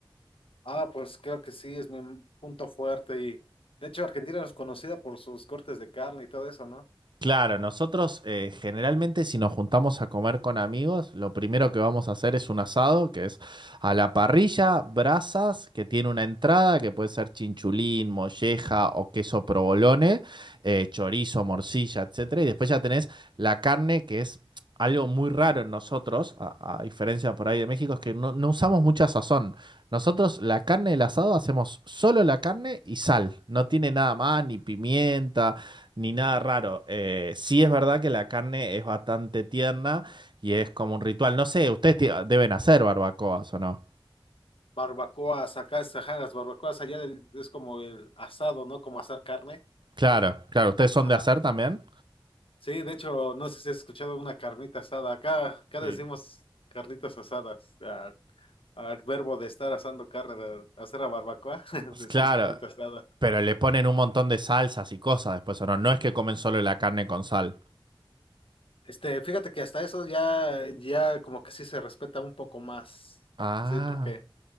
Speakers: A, on the left; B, on the right.
A: Ah, pues creo que sí, es mi punto fuerte y de hecho Argentina es conocida por sus cortes de carne y todo eso, ¿no?
B: Claro, nosotros eh, generalmente si nos juntamos a comer con amigos, lo primero que vamos a hacer es un asado, que es a la parrilla, brasas, que tiene una entrada, que puede ser chinchulín, molleja o queso provolone, eh, chorizo, morcilla, etcétera. Y después ya tenés la carne, que es algo muy raro en nosotros, a, a diferencia por ahí de México, es que no, no usamos mucha sazón. Nosotros la carne del asado hacemos solo la carne y sal, no tiene nada más, ni pimienta. Ni nada raro. Eh, sí es verdad que la carne es bastante tierna y es como un ritual. No sé, ustedes ti- deben hacer barbacoas o no.
A: Barbacoas, acá es, ajá, las barbacoas allá del- es como el asado, ¿no? Como asar carne.
B: Claro, claro. ¿Ustedes son
A: Ajá.
B: de hacer también?
A: Sí, de hecho, no sé si has escuchado una carnita asada. Acá, acá
B: Sí.
A: decimos carnitas asadas. Al, al verbo de estar asando carne, de hacer la barbacoa, <laughs> decimos
B: Claro,
A: carnita asada.
B: pero le ponen un montón de salsas y cosas después, ¿o no? No es que comen solo la carne con sal.
A: Este, fíjate que hasta eso ya, ya como que sí se respeta un poco más.
B: Ah,
A: Sí, porque